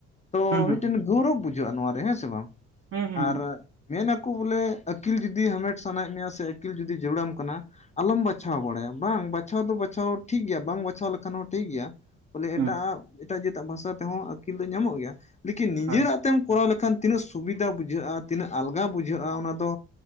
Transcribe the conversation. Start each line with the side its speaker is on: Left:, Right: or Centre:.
Left: ᱛᱚ
Right: ᱦᱩᱸ ᱦᱩᱸ
Left: ᱢᱤᱫᱴᱮᱱ᱾
Right: ᱦᱩᱸ
Left: ᱜᱳᱣᱨᱚᱵᱽ ᱵᱩᱡᱷᱟᱹᱜᱼᱟ ᱱᱚᱣᱟ ᱨᱮ ᱦᱮᱸ ᱥᱮ ᱵᱟᱝ
Right: ᱦᱩᱸ ᱦᱩᱸ
Left: ᱟᱨ
Right: ᱦᱩᱸ
Left: ᱢᱮᱱ ᱟᱠᱚ ᱵᱚᱞᱮ ᱟᱹᱠᱤᱞ ᱡᱩᱫᱤ᱾ ᱡᱩᱫᱤ ᱦᱟᱢᱮᱴ ᱥᱟᱱᱟᱭᱮᱫ ᱢᱮᱭᱟ ᱥᱮ ᱟᱹᱠᱤᱞ ᱡᱩᱫᱤ ᱡᱟᱹᱲ ᱟᱢ ᱠᱟᱱᱟ᱾ ᱟᱞᱚᱢ ᱵᱟᱪᱷᱟᱣ ᱵᱟᱲᱟᱭᱟ ᱵᱟᱝ ᱵᱟᱪᱷᱟᱣ ᱫᱚ ᱵᱟᱪᱷᱟᱣ ᱴᱷᱤᱠ ᱜᱮᱭᱟ ᱵᱟᱝ ᱵᱟᱪᱷᱟᱣ ᱞᱮᱠᱷᱟᱱ ᱦᱚᱸ ᱴᱷᱤᱠ ᱜᱮᱭᱟ᱾ ᱵᱚᱞᱮ
Right: ᱦᱩᱸ
Left: ᱮᱴᱟᱜ ᱮᱴᱟ ᱡᱟᱹᱛᱟ ᱵᱷᱟᱥᱟ ᱛᱮᱦᱚᱸ ᱟᱹᱠᱤᱞ ᱫᱚ ᱧᱟᱢᱚᱜ ᱜᱮᱭᱟ ᱞᱮᱠᱤᱱ ᱱᱤᱡᱮᱨᱟᱜ
Right: ᱦᱳᱭ
Left: ᱛᱮᱢ᱾ ᱠᱚᱨᱟᱣ ᱞᱮᱠᱷᱟᱱ ᱛᱤᱱᱟᱹ ᱥᱩᱵᱤᱫᱷᱟ ᱵᱩᱡᱷᱟᱹᱜᱼᱟ ᱛᱤᱱᱟᱹᱜ ᱟᱞᱜᱟ ᱵᱩᱡᱷᱟᱹᱜᱼᱟ ᱚᱱᱟᱫᱚ᱾